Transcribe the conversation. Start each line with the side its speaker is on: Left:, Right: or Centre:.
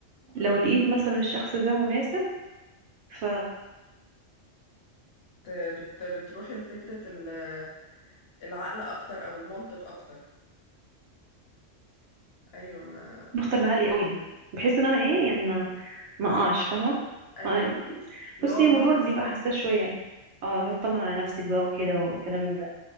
Left: اه
Right: لو لقيت مثلا الشخص ده مناسب فبختار
Left: بت بت- بتروحي لفكرة ال- العقل اكتر او المنطق اكتر ايوه ما
Right: بعقلي قوي بحيث ان انا ايه يعني ما ما اقعش فاهمة
Left: <laughs> ايوه
Right: ما
Left: اللي
Right: بصي
Left: هو اضمن
Right: الموضوع بيبقى
Left: نفسي
Right: حساس شوية اه اطمن على نفسك بقى وكده وكلام من ده